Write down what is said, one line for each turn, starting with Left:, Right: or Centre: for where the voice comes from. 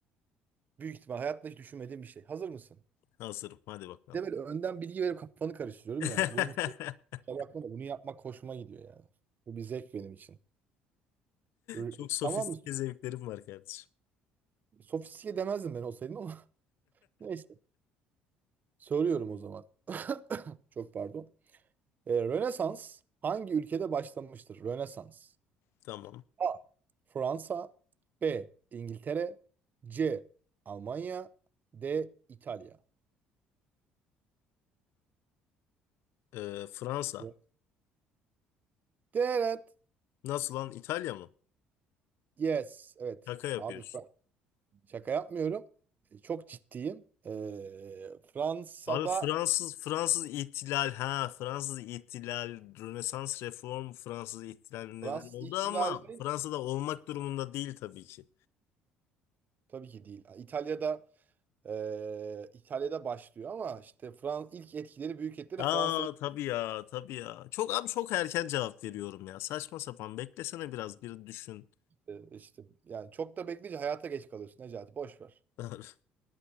Right: Büyük ihtimal hayatta hiç düşünmediğim bir şey. Hazır mısın?
Left: Hazırım. Hadi bakalım.
Right: Bir de böyle önden bilgi verip kafanı karıştırıyorum
Left: <laughs>
Right: ya. Bunun kusura bakma da bunu yapmak hoşuma gidiyor yani. Bu bir zevk benim için. R-
Left: Çok sofistike
Right: Tamam mı?
Left: zevklerim var kardeşim.
Right: Sofistike demezdim ben olsaydım ama <laughs> neyse. Soruyorum o zaman. <coughs> Çok pardon. Ee, Rönesans hangi ülkede başlamıştır? Rönesans.
Left: Tamam.
Right: A. Fransa. B. İngiltere. C. Almanya. D. İtalya.
Left: Ee, Fransa.
Right: Rö- Evet.
Left: Nasıl lan? İtalya mı?
Right: Yes. Evet.
Left: Şaka yapıyorsun.
Right: Abi Şaka yapmıyorum. E, Çok ciddiyim. E, Fransa'da
Left: Abi Fransız Fransız ihtilal ha Fransız ihtilal Rönesans reform Fransız ihtilal neden
Right: Fransız
Left: oldu
Right: ihtilali
Left: ama Fransa'da olmak durumunda değil tabii ki.
Right: tabii ki değil. İtalya'da e, İtalya'da başlıyor ama işte Frans ilk etkileri büyük etkileri
Left: Aa
Right: Fransa'da
Left: tabii ya tabii ya. Çok abi çok erken cevap veriyorum ya. Saçma sapan beklesene biraz bir düşün.
Right: e, işte yani çok da bekleyince hayata geç kalıyorsun Necati boş ver.
Left: <laughs>